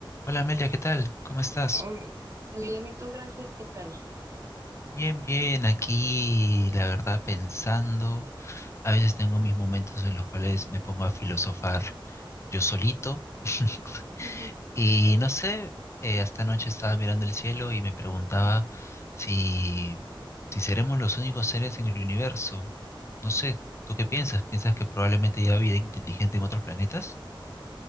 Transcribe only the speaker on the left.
Hola Amelia, ¿qué tal? ¿Cómo estás?
Bien, bien, aquí la verdad pensando, a veces tengo mis momentos en los cuales me pongo a filosofar yo solito <laughs>
y no sé, eh, hasta anoche estaba mirando el cielo y me preguntaba si, si seremos los únicos seres en el universo. No sé, ¿tú qué piensas? ¿Piensas que probablemente haya vida inteligente en otros planetas?